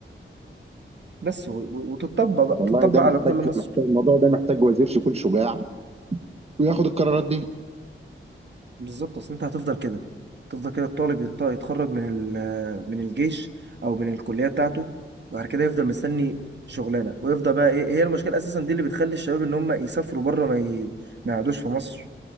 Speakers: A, on the right; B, on the right.
A: بس و- و- وتطبق بقى
B: والله
A: تطبق
B: ده
A: على
B: محتاج
A: كل مصر
B: محتاج الموضوع ده محتاج وزير يكون شجاع وياخد القرارات دي
A: بالظبط اصل انت هتفضل كده تفضل كده الطالب يت- يتخرج من ال- من الجيش او من الكليه بتاعته بعد كده يفضل مستني شغلانه ويفضل بقى ايه هي المشكله اساسا دي اللي بتخلي الشباب ان هم يسافروا بره ما ي... ما يقعدوش في مصر